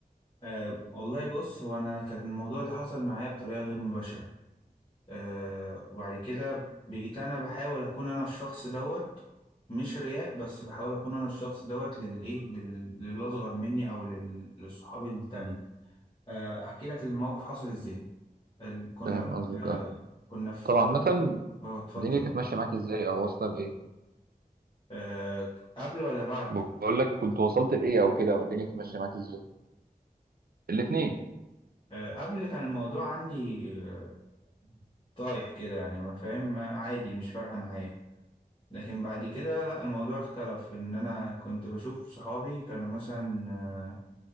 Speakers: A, on the left (about 30°); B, on the right (about 75°).
A: أه والله بص هو أنا كان الموضوع ده حصل معايا بطريقة غير مباشرة آه وبعد كده بقيت انا بحاول اكون انا الشخص دوت مش رياء بس بحاول اكون انا الشخص دوت للايه لل- للاصغر مني او لل- لصحابي التاني آه احكي لك الموقف حصل ازاي ال- كنا
B: فاهم
A: في
B: قصدك
A: آه
B: اه
A: كنا في
B: طب عامه
A: اه اتفضل
B: الدنيا كانت ماشيه معاك ازاي او واصله لايه
A: آه قبل ولا بعد
B: بقول لك كنت وصلت لايه او كده او الدنيا كانت ماشيه معاك ازاي الاثنين
A: آه قبل كان الموضوع عندي آه طايح كده يعني ما فاهم ما- عادي مش فارقه معايا لكن بعد كده لا الموضوع اختلف ان انا كنت بشوف صحابي كانوا مثلا آه،